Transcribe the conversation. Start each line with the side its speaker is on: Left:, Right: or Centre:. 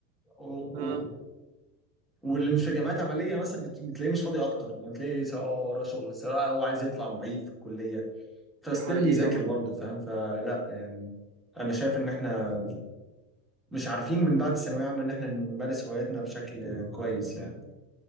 Centre: و- و-
Right: اه
Centre: واللي مش في جامعات عمليه مثلا بت- بتلاقيه مش فاضي اكتر يعني بتلاقيه سواء هو وراه شغل سواء هو عايز يطلع معيد في الكليه فستيل
Right: دي حقيقه
Centre: بيذاكر
Right: برضو
Centre: برضه فاهم فلا يعني انا شايف ان احنا مش عارفين من بعد الثانويه عامه ان احنا نمارس هواياتنا بشكل كويس يعني